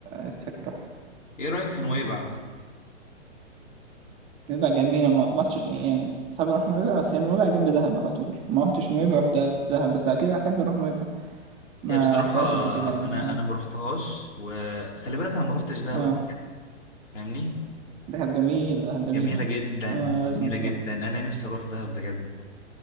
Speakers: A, on the right; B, on the left.
A: نفسك تروحها
B: إيه رأيك في نويبع؟
A: نويبع جميلة ما ما رحتش يعني صعب اروح نويبع بس هي نويبع جنب دهب على طول ما رحتش نويبع رحت دهب بس اكيد احب اروح نويبع ما
B: هي بصراحة
A: رحتهاش قبل كده يعني
B: أنا
A: ف
B: أنا ما رحتهاش وخلي بالك أنا ما رحتش دهب
A: اه
B: قبل كده فاهمني؟
A: دهب جميل دهب جميلة
B: جميلة جدا
A: اه
B: جميلة
A: لازم تروح
B: جدا أنا نفسي أروح دهب بجد